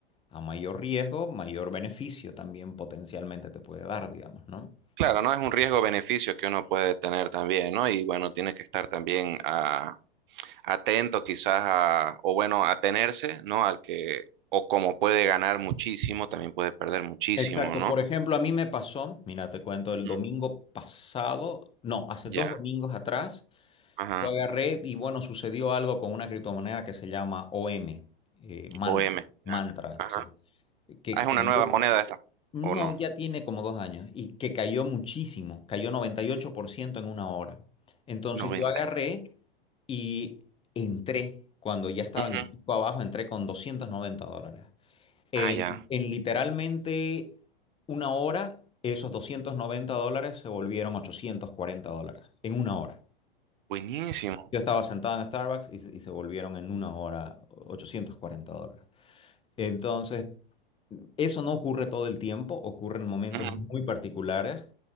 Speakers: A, on the left (about 20°); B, on the right (about 60°).
A: a mayor riesgo, mayor beneficio también potencialmente te puede dar, digamos, ¿no?
B: Claro, no es un riesgo-beneficio que uno puede tener también, ¿no? Y bueno, tiene que estar también ah, atento quizás a, o bueno, atenerse, ¿no? Al que, o como puede ganar muchísimo, también puede perder muchísimo,
A: Exacto.
B: ¿no?
A: Por ejemplo, a mí me pasó, mira, te cuento,
B: Ujú.
A: el domingo pasado, no, hace
B: Ya,
A: dos domingos atrás,
B: ajá,
A: Yo agarré y bueno, sucedió algo con una criptomoneda que se llama OM, eh, Mantra,
B: O M.
A: Mantra,
B: ya, ajá.
A: sí, que
B: Ah, es
A: cayó,
B: una nueva moneda esta,
A: no,
B: ¿o no?
A: ya tiene como dos años, y que cayó muchísimo, cayó 98% en una hora. Entonces
B: 90.
A: yo agarré y entré, cuando ya estaba
B: Ujú.
A: en el pico abajo, entré con 290 dólares. En,
B: Ah, ya,
A: en literalmente una hora, esos 290 dólares se volvieron 840 dólares, en una hora.
B: buenísimo.
A: Yo estaba sentado en Starbucks y, se y se volvieron en una hora 840 dólares. Entonces, eso no ocurre todo el tiempo, ocurre en momentos
B: Ujú.
A: muy particulares.